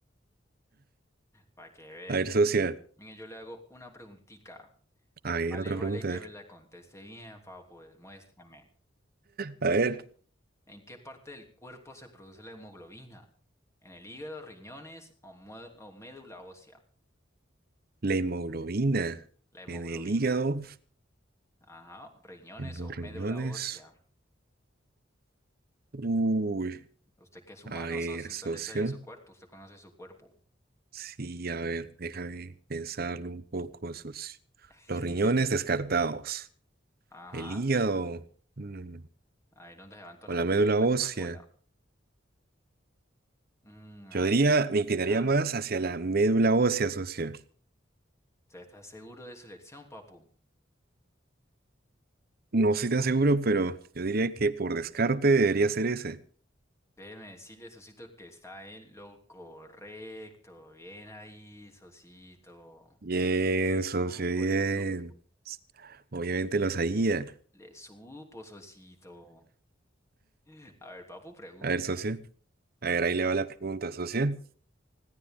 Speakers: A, on the left; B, on the right.
A: Para que vean.
B: A ver, socio.
A: Mire, yo le hago una preguntica.
B: A
A: Y
B: ver,
A: vale,
B: otra
A: vale
B: pregunta.
A: que me la conteste bien, papu. pues, Muéstrame.
B: A ver,
A: ¿En qué parte del cuerpo se produce la hemoglobina? ¿En el hígado, riñones o, mue- o médula ósea?
B: la hemoglobina
A: La hemoglobina.
B: en el hígado,
A: Ajá, riñones
B: en los
A: o
B: riñones.
A: médula Riñones. ósea.
B: Uy,
A: Usted que es humano,
B: a ver,
A: socio,
B: socio.
A: usted le sale su cuerpo, usted conoce su cuerpo.
B: Sí, a ver, déjame pensarlo un poco, socio.
A: <laughs>
B: Los riñones descartados.
A: Ajá,
B: El hígado. mm,
A: ahí donde se van todas
B: o la
A: las piedras
B: médula
A: de la
B: ósea.
A: Coca-Cola. Mm,
B: Yo
A: a
B: diría,
A: ver, pues
B: me inclinaría
A: será.
B: más hacia la médula ósea, socio.
A: ¿Usted está seguro de su elección, papu?
B: No estoy tan seguro, pero yo diría que por descarte debería ser ese.
A: Déjeme decirle, Sosito, que está en lo correcto. Bien ahí, Sosito.
B: Bien,
A: Le
B: socio,
A: supo,
B: bien.
A: le supo,
B: Obviamente lo sabía.
A: le supo, Sosito. <laughs> A ver, papu, pregunte.
B: A ver, socio. A ver, ahí le va la pregunta, socio.